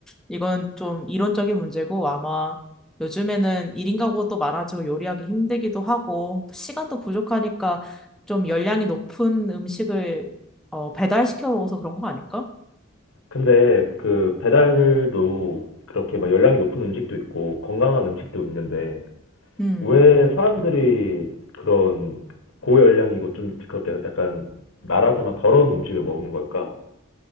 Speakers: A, in the centre; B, on the left.
A: 이건 좀 이론적인 문제고 아마 요즘에는 1인 가구도 많아지고 요리하기 힘들기도 하고 또 시간도 부족하니까 좀 열량이 높은 음식을 어, 배달시켜 먹어서 그런 거 아닐까?
B: 근데 그 배달도 그렇게 막 열량이 높은 음식도 있고 건강한 음식도 있는데
A: 음.
B: 왜 사람들이 그런 고열량이고 좀 그렇게 약간 말하자면 더러운 음식을 먹는 걸까?